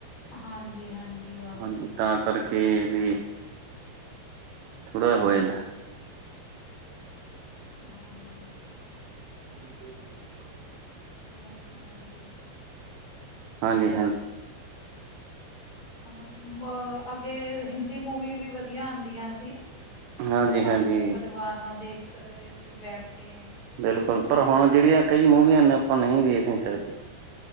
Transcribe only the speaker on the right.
ਹੈ
ਹਾਂਜੀ ਤਾਂ ਕਰਕੇ ਵੀ, ਥੋੜਾ
ਜਿਹਾ ਹੋ ਜਾਂਦਾ।
<unintelligible>
ਹਾਂਜੀ ਹਾਂਜੀ।
ਹਾਂਜੀ
ਹਾਂਜੀ
ਬਿਲਕੁਲ ਪਰ ਹੁਣ ਜਿਹੜੀਆਂ ਕਈ ਮੂਵੀਆਂ ਨੇ ਆਪਾਂ ਨਹੀਂ ਵੇਖ ਨਹੀਂ ਸਕਦੇ।